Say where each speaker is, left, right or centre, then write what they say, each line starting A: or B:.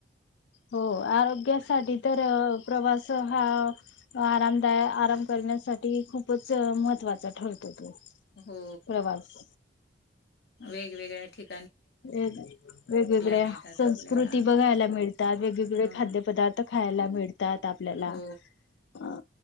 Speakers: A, on the left (about 80°); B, on the left (about 65°).
A: हो आरोग्यासाठी तर.. प्रवास हा आरामदाय आराम करण्यासाठी खूपच महत्त्वाचा ठरतो तो...
B: हो
A: प्रवास
B: वेगवेगळ्या ठिका..
A: व वेगवेगळ्या
B: मिळतात
A: संस्कृती
B: आपल्याला
A: बघायला मिळतात वेगवेगळे
B: हा
A: खाद्यपदार्थ... खायला मिळ... आपल्याला
B: हो
A: अ